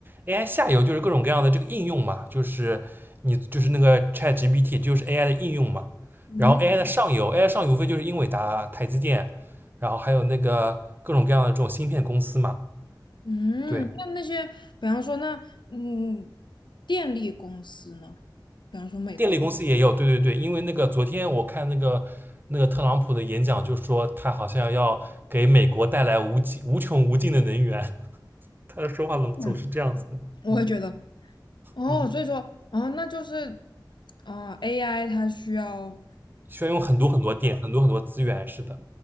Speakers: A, on the right; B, on the left.
A: AI 下游就是各种各样的这个应用嘛，就是你就是那个 ChatGPT 就是 AI 的应用嘛，
B: 嗯
A: 然后 AI 的上游，AI 上游无非就是英伟达、台积电，然后还有那个各种各样的这种芯片公司嘛，
B: 嗯，
A: 对。
B: 那那些，比方说那嗯电力公司呢，比方说美国，
A: 电力公司也有，对对对，因为那个昨天我看那个那个特朗普的演讲，就说他好像要给美国带来无尽无穷无尽的能源，<laughs> 他的说话总总是这样子的，
B: 嗯，我会觉得
A: 嗯
B: 哦，
A: 嗯，
B: 所以说哦，那就是啊、呃 AI 它需要。
A: 需要用很多很多电，很多很多资源，是的，